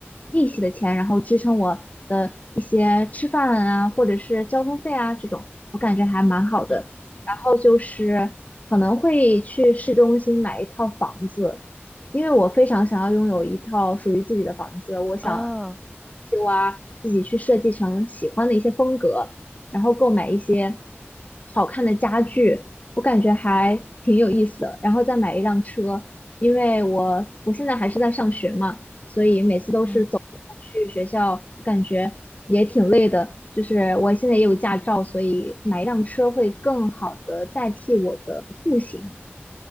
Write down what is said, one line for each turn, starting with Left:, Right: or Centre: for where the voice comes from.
Left: 利息的钱，然后支撑我的一些吃饭啊，或者是交通费啊这种，我感觉还蛮好的。
Centre: 嗯，
Left: 然后就是可能会去市中心买一套房子，因为我非常想要拥有一套属于自己的房子，我想
Centre: 哦，
Left: 就啊自己去设计成喜欢的一些风格，然后购买一些好看的家具，我感觉还挺有意思的，然后再买一辆车，因为我我现在还是在上学嘛。所以每次都是走路去学校，
Centre: 嗯，
Left: 感觉也挺累的。就是我现在也有驾照，所以买一辆车会更好的代替我的步行。